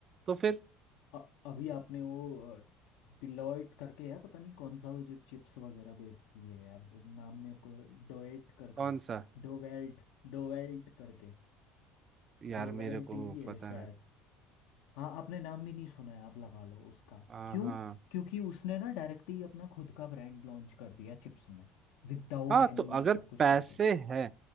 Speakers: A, on the right (about 35°); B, on the left (about 80°).
A: तो फिर
B: अ- अभी आपने वो डिलॉयट करके है पता नहीं कौन सा वो जो चिप्स वगैरह बेचती है यार वो नाम मेरे को डोएट करके
A: कौन सा
B: डोवेल्ट डोवेल्ट करके
A: यार
B: डोवेल्ट
A: मेरे को
B: ही है
A: पता
B: शायद
A: है
B: हाँ आपने नाम भी नहीं सुना है आप लगा लो उसका
A: हाँ
B: क्यों
A: हाँ
B: क्योंकि उसने ना डायरेक्ट ही अपना खुद का ब्रांड लॉन्च कर दिया चिप्स में विदाउट
A: हाँ
B: एनी
A: तो अगर
B: ये सब कुछ
A: पैसे
B: करके
A: हैं